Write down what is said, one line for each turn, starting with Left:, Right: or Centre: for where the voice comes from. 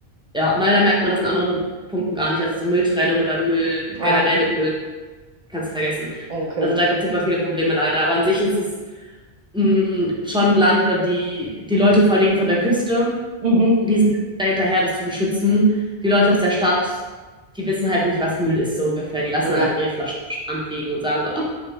Centre: ja, leider merkt man das in anderen Punkten gar nicht. Also so Mülltrennung oder Müll
Right: ah,
Centre: generell mit Müll. kannst du vergessen.
Right: okay.
Centre: Also da gibt es super viele Probleme leider. Aber an sich ist es mh, schon ein Land oder die, die Leute vor allen Dingen von der Küste,
Right: Mhm.
Centre: die sind sehr hinterher, das zu beschützen. Die Leute aus der Stadt, die wissen halt nicht, was Müll ist, so ungefähr. Die lassen
Right: Ja,
Centre: dann einfach ihre Flaschen am Strand liegen und sagen so, "Ah,